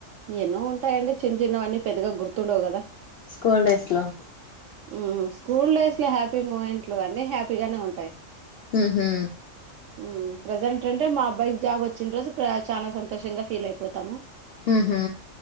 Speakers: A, on the right; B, on the left.
A: ఎన్నో ఉంటాయండి చిన్న చిన్నవన్నీ పెద్దగా గుర్తుండవు కదా
B: స్కూల్ డేస్ లో
A: మ్మ్ స్కూల్ డేస్ లో హ్యాపీ మూమెంట్లు అన్ని హ్యాపీగానే ఉంటాయి
B: హ్మ్ హు
A: మ్మ్ ప్రెజెంట్ అంటే మా అబ్బాయికి జాబ్ వచ్చిన రోజు చాలా సంతోషంగా ఫీల్ అయిపోతాము
B: హ్మ్ హు